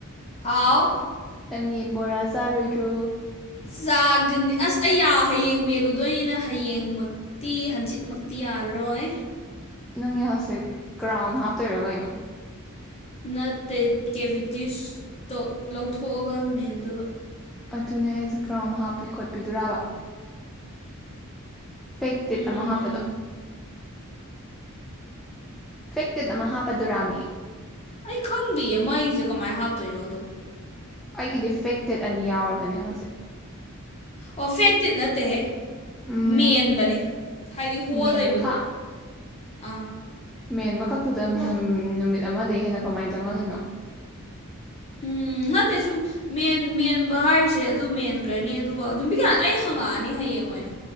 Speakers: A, on the left; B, in the centre.
A: ꯍꯥꯎ
B: ꯅꯪ ꯌꯦꯟ ꯕꯣꯔꯥ ꯆꯥꯔꯣꯏꯗ꯭ꯔꯣ
A: ꯆꯥꯒꯅꯤ ꯑꯁ ꯑꯩꯌꯥ ꯍꯌꯦꯡ ꯃꯦꯜꯂꯨꯗꯣꯏꯅꯤꯅ ꯍꯌꯦꯡꯃꯛꯇꯤ ꯍꯟꯆꯤꯠꯃꯛꯇꯤ ꯌꯥ ꯔꯣꯏ
B: ꯅꯪ ꯌꯥꯍꯧꯁꯦ ꯀ꯭ꯔꯥꯎꯟ ꯍꯥꯞꯇꯣꯏꯔꯣ ꯀꯩꯅꯣ
A: ꯅꯠꯇ ꯀꯦꯚꯤꯇꯤꯁꯇꯣ ꯂꯧꯊꯣꯛꯑꯒ ꯃꯦꯟꯗꯣꯢꯕ
B: ꯑꯗꯨꯅꯦ ꯑꯩꯁ ꯀ꯭ꯔꯥꯎꯟ ꯍꯥꯞꯄꯤ ꯈꯣꯠꯄꯤꯗꯨꯔꯕ ꯐꯦꯛ ꯇꯤꯠ
A: ꯎꯝ
B: ꯑꯃ ꯍꯥꯞꯄꯗꯣ ꯐꯦꯛꯇꯤꯠ ꯑꯃ ꯍꯥꯞꯄꯗꯨꯔꯥꯝꯃꯤ
A: ꯑꯩ ꯈꯪꯗꯦꯌꯦ ꯃꯩꯁꯦ ꯀꯃꯥꯏꯅ ꯍꯥꯞꯇꯣꯏꯅꯣꯗꯣ
B: ꯑꯩꯒꯤꯗꯤ ꯐꯦꯛꯇꯦꯠ ꯑꯅꯤ ꯌꯥꯎꯔꯕꯅꯦ ꯍꯧꯖꯤꯛ
A: ꯑꯣ ꯐꯦꯛꯇꯤꯠ ꯅꯠꯇꯦꯍꯦ
B: ꯎꯝ
A: ꯃꯦꯟꯕꯅꯦ ꯍꯥꯏꯗꯤ ꯍꯣꯜ
B: ꯃꯦꯟꯕ
A: ꯂꯩꯕꯗꯣ
B: ꯈꯥ
A: ꯑꯥ
B: ꯃꯦꯟꯕ ꯈꯛꯇꯗ ꯅꯨꯃꯤꯠ ꯑꯃꯗꯒꯤ ꯍꯦꯟꯅ ꯀꯃꯥꯏ ꯆꯪꯍꯜꯂꯤꯅꯣ
A: ꯎꯝ ꯅꯠꯇꯦ ꯁꯨꯝ ꯃꯦꯟ ꯃꯦꯟꯕ ꯍꯥꯏꯁꯦ ꯑꯗꯨꯝ ꯃꯦꯟꯈ꯭ꯔꯅꯤ ꯑꯗꯨꯒ ꯑꯗꯨꯝ ꯅꯨꯃꯤꯠ ꯑꯩ ꯍꯪ ꯉꯥꯛꯑꯅꯤ ꯍꯌꯦꯡ ꯑꯣꯏꯅ